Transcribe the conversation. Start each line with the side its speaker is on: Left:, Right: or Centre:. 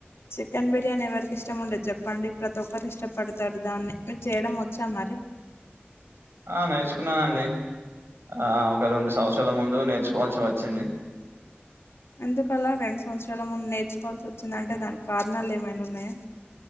Left: చికెన్ బిర్యానీ ఎవరికి ఇష్టం ఉండదు చెప్పండి. ప్రతి ఒక్కరు ఇష్టపడతారు. దాన్నే మీరు చేయడం వోచ్చా మరి
Right: ఆ నేర్చుకున్నానండి. ఆ ఒక రెండు సంవత్సరాల ముందు నేర్చుకోవాల్సి వచ్చింది.
Left: ఎందుకలా రెండు సంవత్సరాల ముందు నేర్చుకోవాల్సి వచ్చిందంటే దానికి కారణాలు ఏమైనా ఉన్నాయా